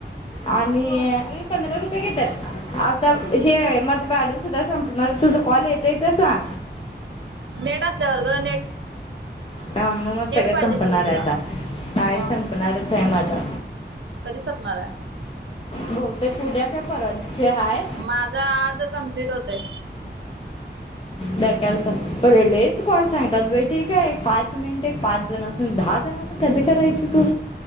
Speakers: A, on the left; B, on the right.
A: आणि पंधरा रुपये घेतात आता हे माझं ब बॅलेन्स सुद्धा संपल तुझं कॉल येत आहे तसा
B: नेट असल्यावर ग
A: म मग सगळ
B: पाहिजे
A: संपणार
B: खरं तुला
A: आहे आता नाही
B: मग
A: संप आपणार फमाचा
B: कधी संपणार आहे
A: बहुतेक उद्या काय परत जे हाय
B: माझा आज कम्प्लीट होतय
A: द कलस बरलेच कवाल सांगतात ब ठीक आहे एक पाच मिनट एक पाच जण असून दहा जण असून कधी करायची तू